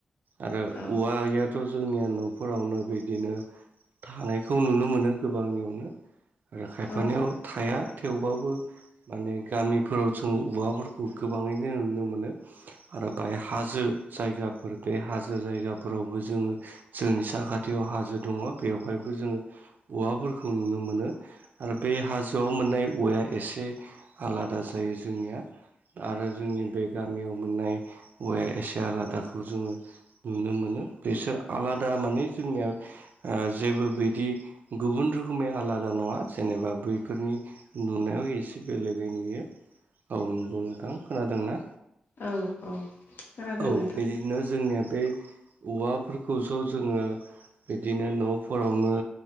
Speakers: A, on the right (about 65°); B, on the left (about 70°).
A: आरो
B: औ
A: औवायाथ' जोंनिया न'फोरावनो बिदिनो। थानायखौ नुनो मोनो गोबांनियावनो आरो खायफानियाव।
B: औ औ
A: थाया थेवबाबो माने गामिफोराव जों औवाफोरखौ गोबाङैनो नुनो मोनो आरो बाय हाजो। जायगाफोर बे हाजो जायगाफोरावबो जोङो। जोंनि साखाथियाव हाजो दङ बेवहायबो जोङो औवाफोरखौ नुनो मोनो। आरो बे हाजोआव मोननाय औवाया एसे आलादा जायो जोंनिया आरो। जोंनि बे गामियाव मोननाय हौवाया एसे आलादाखौ जों नुनो मोनो बेसोर आलादा माने जोंनिया। ओ जेबो बिदि गुबुन रोखोमै आलादा नङा जेनेबा बैफोरनि। नुनायाव एसे बेलेगै नुयो औ नंगौ नोंथां खोनादोंना?
B: औ औ खोनादों
A: औ
B: नोंथां।
A: बिदिनो जोंनिया बे औवाफोरखौस' जोङो। बिदिनो न'फोरावनो।